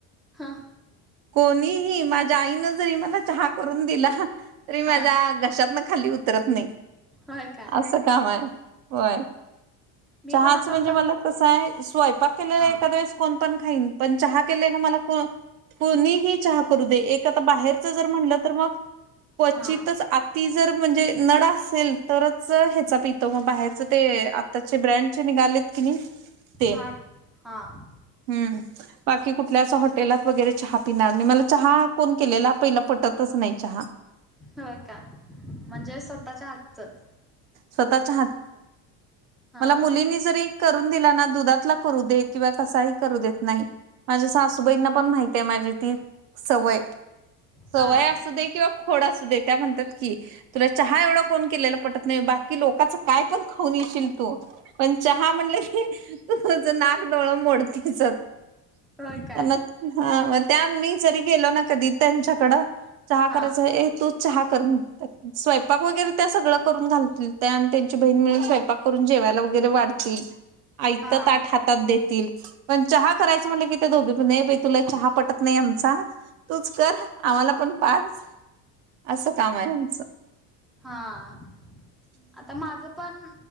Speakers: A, in the centre; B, on the right (about 65°).
A: हा.
B: कोणीही, माझ्या आईनं जरी मला चहा करून दिला तरी माझ्या
A: हां
B: घशातनं खाली उतरत नाही.
A: होय काय
B: असं काम आहे होय.
A: मी
B: चहाचं
A: पण आता
B: म्हणजे
A: सग
B: मला कसं आहे, स्वयंपाक केलेला
A: हां
B: एखाद्या वेळेस कोण पण खाईन, पण चहा केले ना मला कोणीही चहा करू दे, एक आता बाहेरच जर म्हणलं तर मग क्वचितच
A: हां
B: आति जर म्हणजे नड असेल, तरच हेचा पी ते मग बाहेरच ते आत्ताचे ब्रँडचे निघालेत कि नाही, ते.
A: हां हां
B: हम्म. बाकी कुठल्या अस हॉटेलात वगैरे चहा पिणार नाही. मला चहा कोण केलेला पहिला पटतच नाही चहा.
A: हो का, म्हणजे स्वतःच्या हातचं.
B: स्वतःच्या हातचं.
A: हां
B: मला मुलींनी जरी करून दिला ना, दुधातला करू दे किंवा कसाही करू देत नाही माझ्या सासूबाईंना पण माहिती आहे माझी ती सवय. सवय
A: हां
B: असू दे किंवा खोड असू दे. त्या म्हणतात की, तुला चहा एवढा कोण केलेला पटत नाही. बाकी लोकाच काय पण खाऊन येशील तू. पण चहा म्हटलं की तू तुझ नाक डोळ मोड चत.
A: होय
B: त्यांना
A: काय
B: हा म त्या मी जरी गेलो ना कधी त्यांच्याकड, चहा
A: हां
B: करायचं ये तू चहा करून <unintelligible> स्वयंपाक वगैरे त्या सर्व करून घालतील त्या आणि त्यांची बहिण मिळून स्वयंपाक करून जेवायला वगैरे वाढतील, आयातं
A: हां
B: ताट हा तात देतील. पण चहा करायच म्हटलं की त्या दोघीपण ये बाई तुला चहा पटत नाही आमचा. तूच कर, आम्हाला पण पाज. असं काम आहे आमचं.
A: हा, आता माझं पण